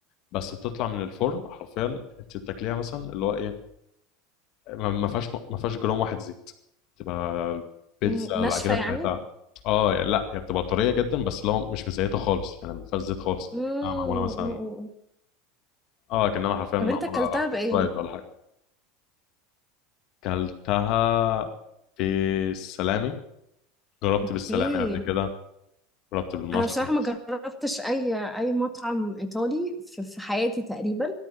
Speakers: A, on the left; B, in the centre.
A: بس بتطلع من الفرن حرفيا انت بتاكليها مثلا اللي هو ايه ما ما فيهاش ما فيهاش جرام واحد زيت تبقى البيتزا
B: إيه، ناشفة
A: العجينه
B: يعني
A: بتاعتها اه يعني لا هي بتبقى طريه جدا بس لو مش مزيته خالص يعني ما فيهاش زيت خالص
B: امم
A: كانها معموله مثلا اه كانها حرفيا
B: طب
A: معموله
B: انت اكلتها بايه؟
A: فرايد ولا حاجه كلتها في السلامي جربت
B: اوكي
A: بالسلامي قبل كده جربت بالمشرومز
B: انا بصراحه ما جربتش اي اي مطعم ايطالي في, في حياتي تقريبا